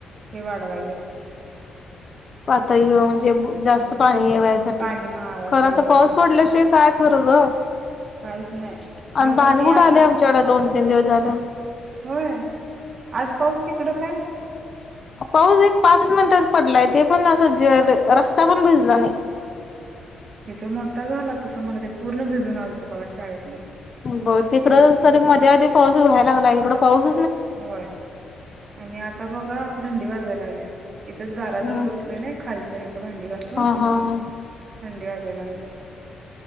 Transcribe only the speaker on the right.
हे वाढवायलेत
हम
पाणी मावायला
पाहिजे
हा
काहीच नाही
बघा
की
आता
पण
होय आज पाऊस तिकडं काय?
इथो मोठा झाला तसं म्हट तरी पूर्ण भिजून आलतो बघा शाळेतन.
होय आणि आता बघा आता थंडी वाजायला लागल्या. इथेच दाराजवळ
बसले ना खालच्या इथ भांडीपासून.
थंडी वाजाय लागल्या.